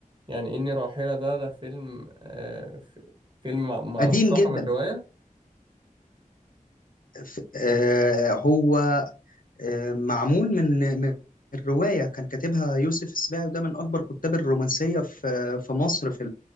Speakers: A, on the right (about 35°); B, on the left (about 75°).
A: يعني إني راحلة ده ده فيلم آه ف- فيلم مع- مع-
B: قديم
A: مستوحى
B: جدا
A: من رواية
B: ف... آه هو آه معمول من من الروايه كان كاتبها يوسف السباعي وده من اكبر كتاب الرومانسيه في في مصر في